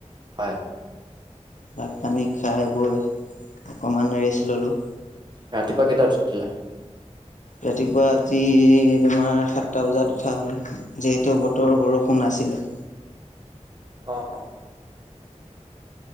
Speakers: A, on the right (about 35°); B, on the left (about 80°).
A: হয়।
B: ভাত পানী খাই বৈ অকমান ৰেষ্ট ল'লো।
A: ৰাতিপুৱা কেইটাত উঠিছিলা?
B: ৰাতিপুৱা আজি তোমাৰ সাতটা বজাত উঠা হ'ল যিহেতু বতৰ বৰষুণ আছিলে।
A: অ'।